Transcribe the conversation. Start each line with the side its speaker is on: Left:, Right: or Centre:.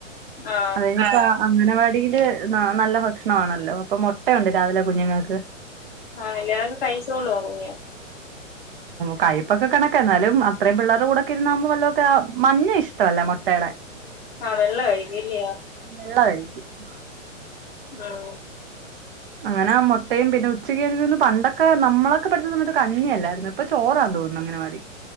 Left: ആ
Right: അതപ്പ <unintelligible> അങ്ങനവാടിയില് നല്ല ഭക്ഷ പ്രഷ്ണ <unintelligible> മാണല്ലോ അപ്പം മുട്ടയുണ്ട് രാവിലെ കുഞ്ഞുങ്ങൾക്ക്
Left: ആ <unintelligible> കഴിച്ചോളൂോ കുഞ്ഞ്
Right: കഴിപ്പൊക്കെ കണക്കാ എന്നാലും അത്രേം പിള്ളേരുടെ കൂടെക്കിരുന്നാമ്പം വല്ലൊക്കെ മഞ്ഞ ഇഷ്ടമല്ല മൊട്ടയുടെ <inaudible>
Left: ആഹ വെള്ളകഴിക്കും ഇല്ല്യോ
Right: <unintelligible>
Left: <unintelligible>
Right: അങ്ങനെ ആ മുട്ടയും പിന്നെ ഉച്ചക്ക്ന്ന് <unintelligible> പണ്ടൊക്കെ നമ്മളൊക്കെ പഠിച്ചസമയത്ത് കഞ്ഞിയല്ലായിരുന്നു ഇപ്പൊ ചോറാ തോന്നുന്നു അങ്ങനവാടി